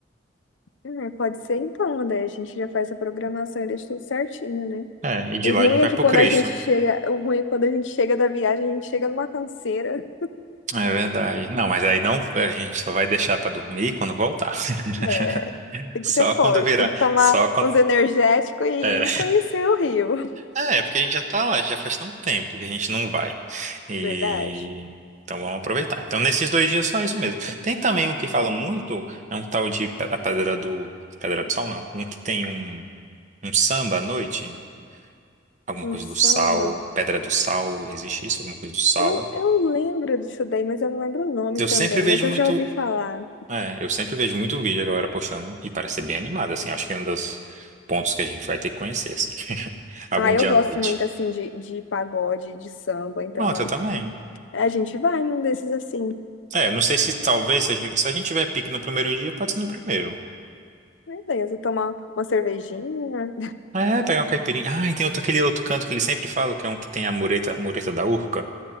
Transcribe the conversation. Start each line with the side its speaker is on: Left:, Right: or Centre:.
Left: É, pode ser então, né? A gente já faz a programação e deixa tudo certinho, né?
Right: É, e de
Left: O
Right: lá
Left: ruim
Right: a gente
Left: é
Right: vai
Left: que
Right: pro
Left: quando
Right: Cristo.
Left: a gente chega, o ruim é que quando a gente chega da viagem, a gente chega numa canseira.
Right: É verdade. Não, mas aí não, a gente só vai deixar pra dormir quando voltar. <laughs>
Left: É, tem
Right: Só
Left: que ser forte,
Right: quando virar.
Left: tem que tomar
Right: Só quando.
Left: uns energéticos e
Right: É,
Left: conhecer o Rio.
Right: é é porque a gente já tá lá, já faz tanto tempo que a gente não vai. E
Left: Verdade.
Right: então vamos aproveitar. Então nesses dois dias só isso mesmo. Tem também um que falam muito, é um tal de pe- a Pedra do Pedra do Sal, não, um que tem um, um samba à noite, alguma
Left: Um
Right: coisa
Left: samba.
Right: do sal, Pedra do Sal, existe isso, alguma coisa do sal.
Left: Eu, eu lembro disso daí, mas eu não lembro o nome
Right: Eu
Left: também,
Right: sempre vejo
Left: mas eu
Right: muito
Left: já ouvi falar.
Right: É, eu sempre vejo muito vídeo a galera postando e parece ser bem animado, assim. Acho que é um dos pontos que a gente vai ter que conhecer, assim. <laughs> Algum
Left: Ah, eu
Right: dia
Left: gosto
Right: à noite.
Left: muito assim de, de pagode, de samba, então
Right: Pronto, eu também.
Left: é, a gente vai num desses assim.
Right: É, não sei se talvez, se a gente, se a gente tiver pique no primeiro dia, pode ser no primeiro.
Left: né, Beleza, tomar uma cervejinha.
Right: É, pegar uma caipirinha. Ah, e tem outro, aquele outro canto que ele sempre fala, que é um que tem a mureta, mureta da Urca.